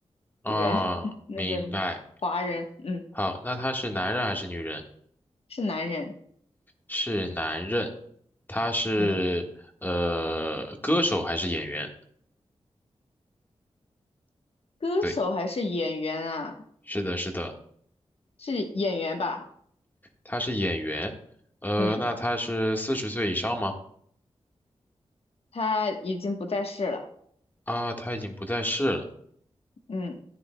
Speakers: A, on the left; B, on the left.
A: 嗯啊，
B: 人，<laughs> 那就是华人，
A: 明白。
B: 嗯，
A: 好，那他是男人还是女人？
B: 是男人，
A: 是男人。他是呃歌手还是演员？
B: 嗯。歌手还是演员啊？
A: 对，是的，是的，
B: 是演员吧？
A: 他是演员。呃，
B: 嗯，
A: 那他是四十岁以上吗？
B: 他已经不在世了。
A: 啊，他已经不在世了。
B: 嗯，